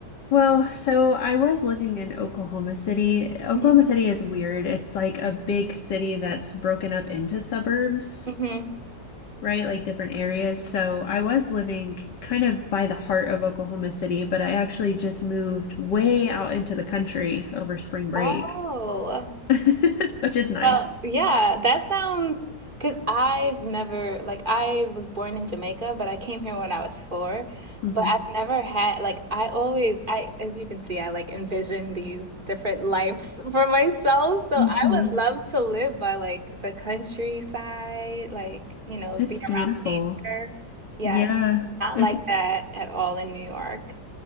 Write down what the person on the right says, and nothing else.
Mhm.
Mhm.
Oh,
Well, yeah, that sounds because I've never like I was born in Jamaica, but I came here when I was four.
But I've never had like I always I as you can see, I like envision these different lives <laughs> for myself. So
I would love to live by like the countryside, like, you know,
be
around her. Yeah,
it's not
like that at all in New York.